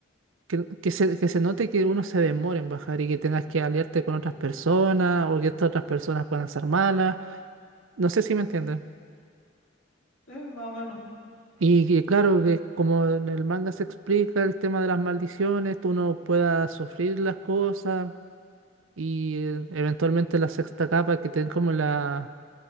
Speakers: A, on the right; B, on the left.
A: Que, que se, que se note que uno se demore en bajar y que tengas que aliarte con otras personas o que estas otras personas puedan ser malas. No sé si me entiendes.
B: Sí, más o menos.
A: Y, que, claro que como en el manga se explica el tema de las maldiciones, tú no puedas sufrir las cosas y eh, eventualmente la sexta capa que te den como la,